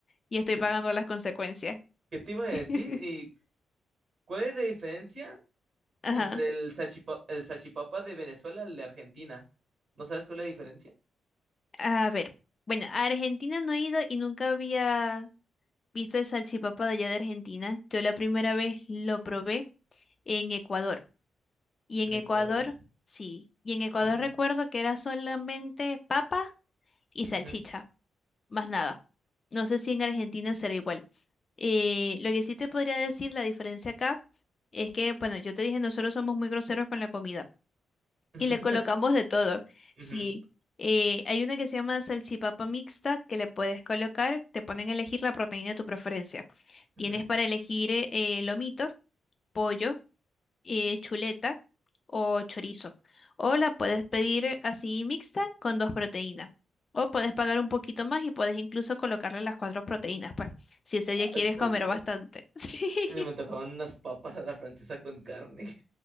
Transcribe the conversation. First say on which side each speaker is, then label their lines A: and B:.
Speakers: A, on the left; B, on the right.
A: y estoy
B: ¿Qué,
A: pagando las consecuencias.
B: qué te iba a decir?
A: <laughs>
B: ¿Y cuál es la diferencia
A: Ajá.
B: entre el salchipa- el salchipapa de Venezuela y el de Argentina? ¿No sabes cuál es la diferencia?
A: A ver, bueno, a Argentina no he ido y nunca había visto el salchipapa de allá de Argentina. Yo la primera vez lo probé en Ecuador. Y en
B: En
A: Ecuador,
B: Ecuador.
A: sí. Y en Ecuador
B: Ujú,
A: recuerdo que era solamente papa y salchicha,
B: ujú,
A: más nada. No sé si en Argentina será igual. Eh, lo que sí te podría decir, la diferencia acá, es que, bueno, yo te dije, nosotros somos muy groseros con la comida
B: <laughs>
A: y le colocamos de todo.
B: ujú,
A: Sí. Eh, hay una que se llama salchipapa mixta que le puedes colocar, te ponen a elegir la proteína de tu preferencia. Tienes
B: ujú,
A: para elegir eh, lomito, pollo eh, chuleta o chorizo. O la puedes pedir así mixta con dos proteínas. O puedes pagar un poquito más y puedes incluso colocarle las cuatro proteínas, pues, si ese día
B: Ay,
A: quieres
B: por
A: comer
B: Dios.
A: bastante. <laughs> Sí.
B: Se me antojaron unas papas a la francesa con carne.